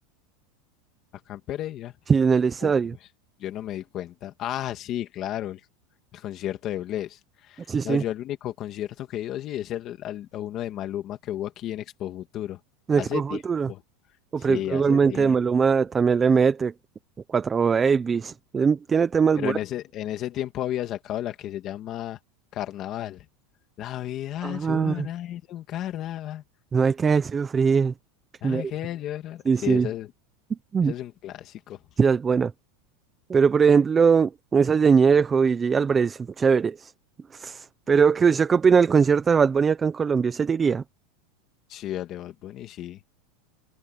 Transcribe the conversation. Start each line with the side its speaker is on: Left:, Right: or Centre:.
Left: Acá en Pereira.
Right: sí, en el estadio.
Left: Uh, pues, yo no me di cuenta. Ah, sí, claro, el, el concierto de Bless.
Right: Sí, sí,
Left: No, yo
Right: en
Left: el único concierto que he ido así es el, al- a uno de Maluma que hubo aquí en Expo Futuro.
Right: Expo
Left: Hace tiempo.
Right: Futuro. O
Left: Sí,
Right: pero
Left: hace
Right: igualmente
Left: tiempo.
Right: de Maluma también le mete cuatro babies. Em, Tiene temas
Left: Pero
Right: buenos.
Left: en ese, en ese tiempo había sacado la que se llama Carnaval. La vida
Right: Ah,
Left: es una, es un carnaval.
Right: no hay que sufrir.
Left: No
Right: no
Left: hay
Right: hay-
Left: que llorar.
Right: Sí,
Left: Sí,
Right: sí,
Left: esa es
Right: Ujú.
Left: Ese es un clásico.
Right: sí, es buena. Pero por ejemplo, esas de Ñejo y J. Álvarez son chéveres. Pero ¿qué usted qué opina del concierto de Bad Bunny acá en Colombia? ¿Usted diría?
Left: Sí, al de Bad Bunny, sí.